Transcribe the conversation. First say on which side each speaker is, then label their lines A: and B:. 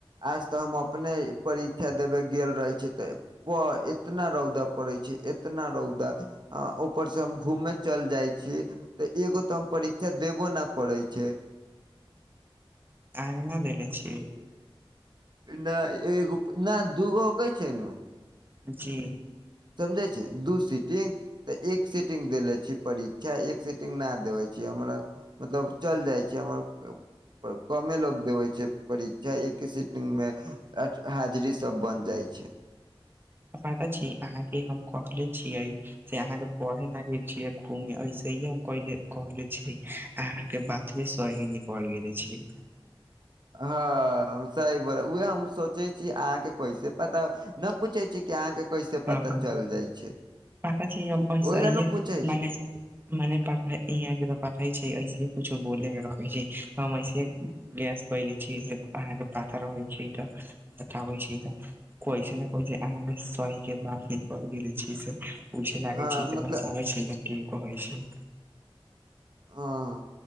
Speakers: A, on the right; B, on the right.
A: आज तऽ हम अपने परीक्षा देबे गेल रहे छियै तऽ प इतना रौदा पड़ै छै एतना रौदा। आ ऊपर से हम घूमे चल जाइ छी। तऽ एगो तऽ हम परीक्षा देबो न करै छै।
B: आइ हम ना देले छी।
A: ना एगो ना दूगो कहै छियै नु।
B: जी।
A: समझै छियै दू सीटिंग। त एक सीटिंग देेले छिय परीक्षा एक सीटिंग ना देबै छिय हमरा मतलब चल जाइ छियै हमर क- कमे लोग देबै छै परीक्षा एके सीटिंग मे ज-हाजरी सब बन जाइ छै।
B: पता छी अहाँके हम कहले छियइ से अहाँ के पढ़य ले गेल छिय घूमे ऐसै ये हम कहलियै -कहले छै अहाँ के बा भिंसरही निकल गेल छियै।
A: हँ हम सही बोलय उएह हम सोचै छियै अहाँके कैसे पता नऽ पूछै छियै कि अहाँके कैसे
B: हँ
A: पता
B: ह
A: चल जाइ छै
B: पका छी हम <unintelligible>
A: ओहि लए न पूछै छी
B: मने प यहाँ के तऽ पठै छै ऐसे कुछो बोलेके रहै छै हम ऐसे गैस कय लै छी जे अहाँके पाता रहै छै तऽ। देखाबै छी त कइसे ने कइसे अहां के सही के बात न <unintelligible> करले छी से पुछे लागै
A: हँ
B: छी बताबे
A: मतलब
B: छी ने कि कहै छी।
A: आं